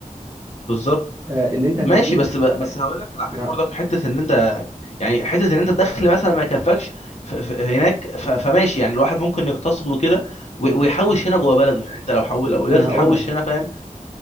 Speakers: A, on the left; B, on the right.
A: بالظبط
B: آه اللي انت
A: ماشي
B: هتقدمه
A: بس ب... بس هقول لك على حاجه
B: ما,
A: برضك حته ان انت يعني حته ان انت الدخل مثلا ما يكفكش ف... ف... هناك ف... فماشي يعني الواحد ممكن يقتصد وكده و...
B: مم.
A: ويحوش هنا جوه بلده يعني انت لو حو... لو قدرت
B: ما انا
A: تحوش
B: هقول لك
A: هنا فاهم